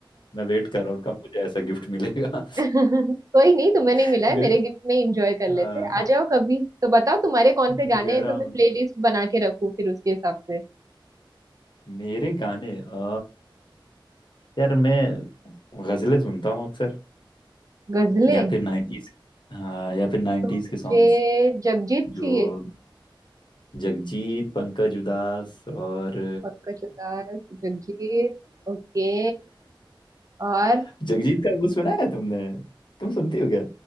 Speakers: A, on the left; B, on the right.
A: मैं वेट कर रहा हूँ कब मुझे ऐसा गिफ्ट मिलेगा
B: <laughs> कोई नहीं तुम्हें
A: <laughs>
B: नहीं मिला है
A: मैं
B: मेरे गिफ्ट में एंजॉय कर लेते
A: हाँ,
B: हैं। आ जाओ कभी तो बताओ तुम्हारे कौन
A: मैं
B: से गाने
A: तो कह
B: हैं
A: रहा
B: तो
A: हूँ
B: मैं प्लेलिस्ट बना के रखूँ फिर उसके हिसाब से
A: मेरे गाने आ, यार मैं गजलें सुनता हूँ अक्सर
B: गजलें
A: या फिर नाइन्टीज हाँ या फिर नाइन्टीज
B: तो मुझे
A: के सॉन्ग्स
B: जगजीत चाहिए
A: जो जगजीत पंकज उदास और
B: पंकज उधास जगजीत ओके और
A: <laughs> जगजीत का वो सुना है तुमने तुम सुनती हो क्या